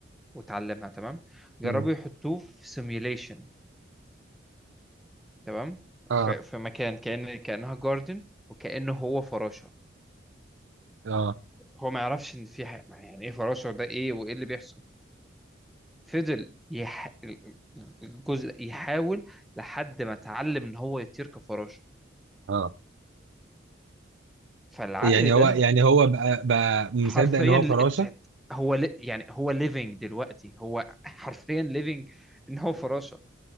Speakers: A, in the centre; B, on the right.
A: وتعلمها تمام جربوا
B: مم.
A: يحطوه في سيميوليشن تمام
B: اه
A: في, في مكان كأن كأنها جاردن وكأنه هو فراشة
B: اه
A: هو ما يعرفش ان في حاجة يعني ايه فراشة ده ايه وايه اللي بيحصل فضل يح... الجزء يحاول لحد ما اتعلم ان هو يطير كفراشه
B: اه
A: فالعقل
B: يعني
A: ده
B: هو يعني هو بقى بقى مصدق
A: حرفيا
B: ان هو
A: الت-
B: فراشه
A: هو ل... يعني هو ليفنج دلوقتي هو حرفيا ليفنج ان هو فراشه